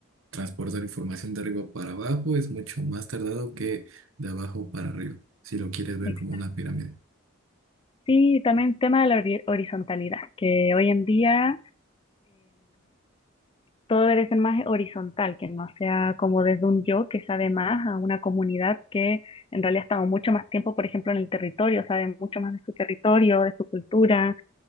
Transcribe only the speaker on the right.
Transportar información de arriba para abajo es mucho más tardado que de abajo para arriba, si lo quieres ver
como una pirámide.